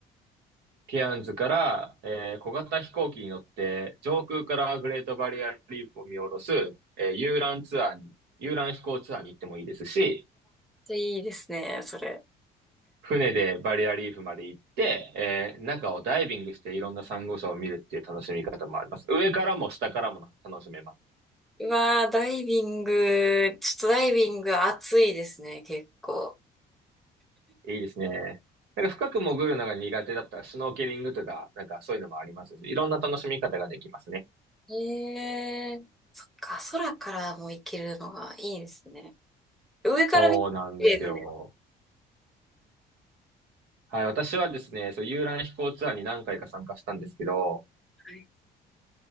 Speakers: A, on the right; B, in the centre.
A: ケアンズから、えー小型飛行機に乗って、上空からグレートバリアリーフを見下ろす、えー遊覧ツアーに、遊覧飛行ツアーに行ってもいいですし、
B: いいですね、それ。
A: 船でバリアリーフまで行って、えー中をダイビングしていろんなサンゴ礁を見るっていう楽しみ方もあります。上からも下からも楽しめます。
B: うわー、ダイビング、ちょっとダイビング暑いですね、結構。
A: いいですね。なんか深く潜るのが苦手だったら、シュノーケリングとか、なんかそういうのもありますし、いろんな楽しみ方ができますね。
B: へえ、そっか、空からも行けるのがいいですね。上から見て綺麗なんですか
A: そうなんですよ。はい、私はですね、そう、遊覧飛行ツアーに何回か参加したんですけど、
B: ね。